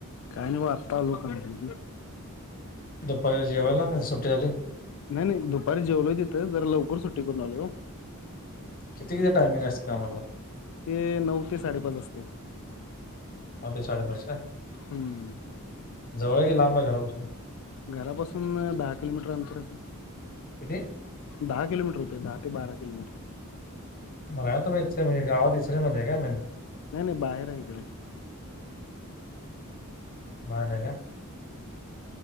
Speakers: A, on the left; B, on the left.
A: काय नाही आत्ता आलो कंपनीतन <inaudible>
B: दुपारी जेवायला का सुट्टी झाली?
A: नाही -नाही दुपारी जेवलोय तिथं जरा लवकर सुट्टी करून आली हो
B: किती- किती टाइमिंग असतय कामाच
A: ते नऊ ते साडेपाच असतय
B: नऊ ते साडे पाच काय?
A: हम्म
B: जवळ की लांब आहे घरापासून
A: घरापासून दहा किलोमीटर अंतर असेल
B: किती
A: <inaudible> दहा किलोमीटर होतय दहा ते बारा किलोमीटर
B: बर तुम इचछ म्हणजे गावातसरीमध्येध्ये का मन <unintelligible>
A: नाही -नाही बाहेर आहे इकडं <inaudible>
B: बाहेर आहे का